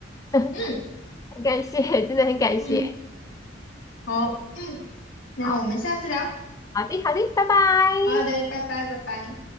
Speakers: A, on the left (about 20°); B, on the left (about 85°).
A: <laughs>
B: 嗯
A: 很感谢，真的很感谢。
B: 嗯，好，嗯，那我们下次聊。
A: 好，好的，好的，拜拜。
B: 好的，拜拜，拜拜。